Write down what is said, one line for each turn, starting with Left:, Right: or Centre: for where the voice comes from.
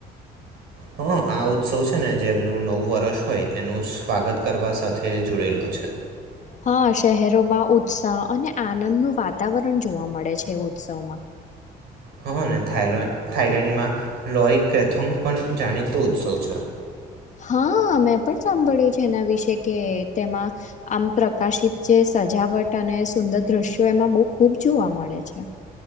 Right: હ આ ઉત્સવ છે ને જે એમનું નવ વર્ષ હોય એનું સ્વાગત કરવા સાથ થે જોડાયેલો છે.
Left: હા, શહેરોમાં ઉત્સાહ અને આનંદનું વાતાવરણ જોવા મળે છે ઉત્સવમાં.
Right: હ અને થાલોય થાઈલેન્ડમાં લોય કથોંગ પણ જાણીતો ઉત્સવ છે.
Left: હા, મેં પણ સાંભળ્યું છે એના વિશે કે તેમાં આમ પ્રકાશિત જે સજાવટ અને સુંદર દ્રશ્યો એમાં બહુ ખૂબ જોવા મળે છે.